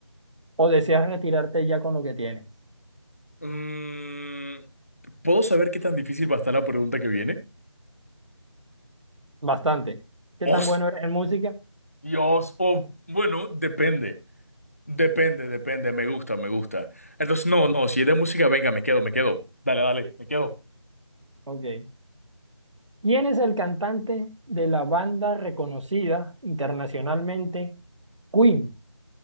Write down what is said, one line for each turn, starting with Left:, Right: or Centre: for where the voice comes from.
Right: ¿o deseas retirarte ya con lo que tienes?
Left: Mm, ¿puedo saber qué tan difícil va a estar la pregunta que viene?
Right: Bastante. ¿Qué
Left: os
Right: tan bueno eres en música?
Left: dios Oh, bueno, depende. Depende, depende. Me gusta, me gusta. Entonces, no, no, si es de música, venga, me quedo, me quedo. Dale, dale,
Right: Sí.
Left: me quedo.
Right: Ok. ¿Quién es el cantante de la banda reconocida internacionalmente Queen?